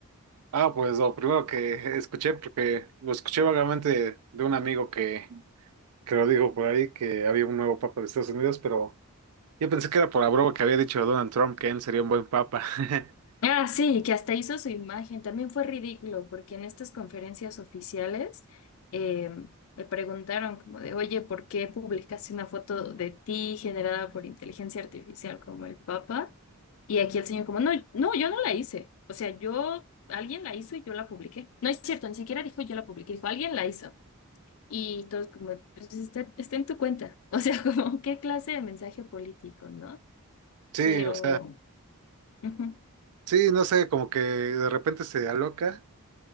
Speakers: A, on the right; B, on the left.
A: ah, pues lo primero que escuché, porque lo escuché vagamente de un amigo que, que lo dijo por ahí, que había un nuevo papa de Estados Unidos, pero yo pensé que era por la broma que había dicho Donald Trump, que él sería un buen papa. <laughs>
B: Ah, sí, que hasta hizo su imagen. También fue ridículo, porque en estas conferencias oficiales eh, le preguntaron como de, oye, ¿por qué publicaste una foto de ti generada por inteligencia artificial como el Papa? Y aquí el señor como, no, no, yo no la hice. O sea, yo, alguien la hizo y yo la publiqué. No es cierto, ni siquiera dijo yo la publiqué, dijo, alguien la hizo. Y todos como, pues está, está en tu cuenta. O sea, <laughs> como, ¿qué clase de mensaje político, no?
A: Sí,
B: Pero...
A: o sea,
B: ujú,
A: sí, no sé, como que de repente se aloca